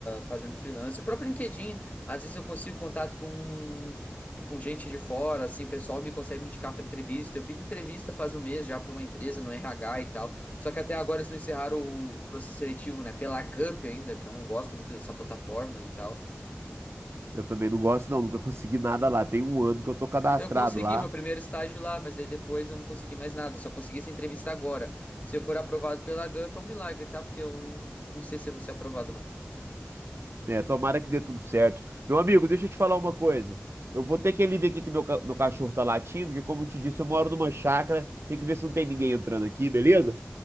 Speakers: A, on the left (about 40°); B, on the right (about 85°).
A: fazendo freelance. O próprio LinkedIn, às vezes eu consigo contato com, com gente de fora, assim, o pessoal me consegue me indicar pra entrevista. Eu fiz entrevista faz um mês já pra uma empresa no RH e tal. Só que até agora eles não encerraram o processo seletivo, né? Pela Gup ainda, que eu não gosto muito dessa plataforma e tal.
B: Eu também não gosto, não. Nunca consegui nada lá. Tem um ano que eu tô cadastrado
A: Eu consegui
B: lá.
A: meu primeiro estágio lá, mas aí depois eu não consegui mais nada. Só consegui essa entrevista agora. Se eu for aprovado pela Gump é um milagre, tá? Porque eu não sei se eu vou ser aprovado ou não.
B: É, tomara que dê tudo certo. Meu amigo, deixa eu te falar uma coisa. Eu vou ter que ali ver aqui que meu, ca- meu cachorro tá latindo, porque como eu te disse, eu moro numa chácara. Tem que ver se não tem ninguém entrando aqui, beleza?